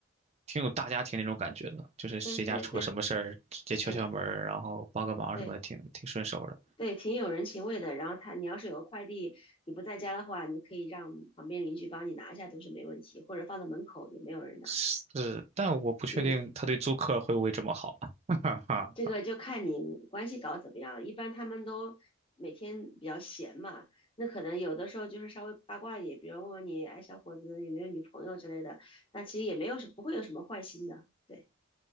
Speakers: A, on the right; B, on the left.
A: 挺有大家庭那种感觉的，就是谁家出个什么事儿，
B: 对对对，
A: 直接敲敲门儿然后帮个忙什么的，
B: 是。对
A: 挺挺顺手的。
B: 对，挺有人情味的。然后他，你要是有个快递，你不在家的话，你可以让旁边邻居帮你拿一下，都是没问题，或者放在门口也没有人拿。
A: 是，但我不确定他对租客会不会这么好。
B: 嗯，
A: <laughs> 哈哈，
B: 这个就看你关系搞怎么样。一般他们都每天比较闲嘛，那可能有的时候就是稍微八卦一点，比如问问你，哎，小伙子有没有女朋友之类的，那其实也没有什不会有什么坏心的。对。